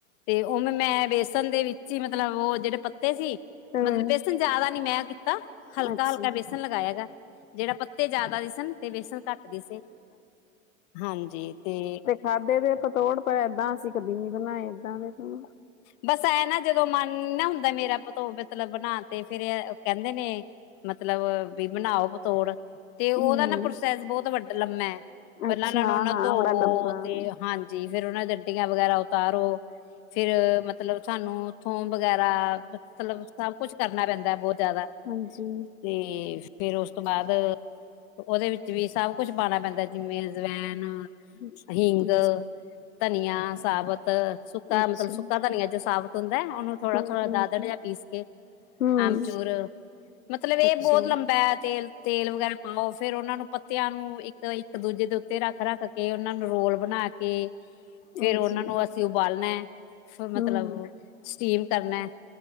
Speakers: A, on the left (about 40°); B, on the left (about 75°).
A: ਤੇ ਉਵੇਂ ਮੈਂ ਬੇਸਣ ਦੇ ਵਿੱਚ ਹੀ ਮਤਲਬ ਉਹ ਜਿਹੜੇ ਪੱਤੇ ਪਤੇ ਸੀ,
B: ਹੂੰ।
A: ਮਤਲਬ ਬੇਸਨ ਜ਼ਿਆਦਾ ਨੀ ਮੈਂ ਕੀਤਾ ਹਲਕਾ-ਹਲਕਾ
B: ਅੱਛਾ
A: ਬੇਸਨ ਲਗਾਇਆ ਗ ਜਿਹੜਾ ਪੱਤੇ ਜ਼ਿਆਦਾ ਦਿਸਣ ਸਨ ਤੇ ਵੇਸਣ ਘੱਟ ਦਿੱਸੇ ਹਾਂਜੀ ਤੇ
B: ਸਾਡੇ ਤੇ ਪਤੋੜ ਪਰ ਏਦਾਂ ਅਸੀਂ ਕਦੀ ਨਹੀ ਬਣਾਏ। ਏਦਾਂ ਦੇ ਹੂੰ।
A: ਬਸ ਐ ਨਾ ਜਦੋਂ ਮਨ ਨਾ ਹੁੰਦਾ ਮੇਰਾ ਮਤਲਬ ਬਣਾ ਤੇ ਫੇਰ ਇਹ ਕਹਿੰਦੇ ਨੇ ਮਤਲਬ ਵੀ ਬਣਾਓ ਬਤੋੜ ਤੇ ਉਹਦਾ
B: ਹੂੰ
A: ਨਾ ਪ੍ਰੋਸੈਸ ਬਹੁਤ ਵੱਡਾ ਲੰਮਾ ਹੈ ਪਹਿਲਾਂ
B: ਅੱਛਾ
A: ਨਾਲੋ ਉਹਨਾ
B: ਹਾਂ
A: ਧੋਵੋ
B: ਬੜਾ ਲੰਬਾ
A: ਤੇ
B: ਹੂੰ।
A: ਹਨ। ਜੀ ਫੇਰ ਉਹਨਾਂ ਤੋ ਡੰਡੀਆ ਵਗੈਰਾ ਉਤਾਰੋ। ਫਿਰ ਮਤਲਬ ਸਾਨੂੰ ਉਥੋਂ ਵਗੈਰਾ ਮਤਲਬ ਸਭ ਕੁਛ ਕਰਨਾ ਪੈਂਦਾ ਬਹੁਤ ਜ਼ਿਆਦਾ
B: ਹਾਂਜੀ
A: ਤੇ ਫੇਰ ਉਸ ਤੋਂ ਬਾਅਦ ਉਹਦੇ ਵਿੱਚ ਵੀ ਸਭ ਕੁੱਛ ਪਾਉਣਾ ਪੈਂਦਾ ਜਿਵੇਂ ਅਜਵੈਨ
B: ਅੱਛਾ
A: ਹਿੰਗ ਧਨੀਆ ਸਾਬਤ ਸੁੱਕਾ
B: ਅੱਛਾ
A: ਮਤਲਬ ਸੁੱਕਾ ਧਨੀਆ ਜੋ ਸਾਬਤ ਹੁੰਦਾ ਉਹਨੂੰ ਥੋੜਾ-
B: ਹਾਂਜੀ
A: ਥੋੜਾ ਦਾਦਾਰ
B: ਹਾਂਜੀ।
A: ਜਿਹਾ ਪੀਸ ਕੇ
B: ਹੂੰ
A: ਆਮਚੂਰ ਮਤਲਬ ਇਹ
B: ਅੱਛਾ
A: ਬਹੁਤ ਲੰਬਾ ਹੈ ਤੇਲ ਤੇਲ ਵਗੈਰਾ ਪਾਓ ਫਿਰ ਉਹਨਾਂ ਨੂੰ ਪੱਤਿਆਂ ਨੂੰ ਇੱਕ- ਇੱਕ ਦੂਜੇ ਦੇ ਉੱਤੇ ਤੇ ਰੱਖ- ਰੱਖ ਕੇ, ਉਹਨਾਂ ਨੂੰ ਰੋਲ ਬਣਾ ਕੇ, ਫਿਰ
B: ਹਾਂਜੀ
A: ਉਹਨਾਂ ਨੂੰ ਅਸੀਂ ਉਬਾਲਣਾ ਫਿਰ ਮਤਲਬ
B: ਹੂੰ
A: ਸਟੀਮ ਕਰਨਾ।